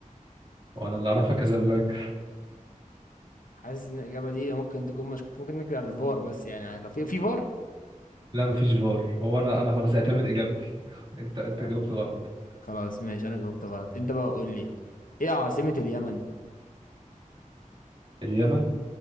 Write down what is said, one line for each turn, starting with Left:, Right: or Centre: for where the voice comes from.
Right: وانا اللي اعرفها كازابلانكا
Left: حاسس ان الاجابة دي ممكن تكون مشكوك ممكن نرجع للفار بس يعني يعني لو في في فار
Right: لا مفيش فار هو انا انا خلاص اعتمد اجابتي انت انت
Left: طيب،
Right: جاوبت غلط
Left: خلاص ماشي انا جاوبت غلط انت بقى قول لي ايه عاصمة اليمن
Right: اليمن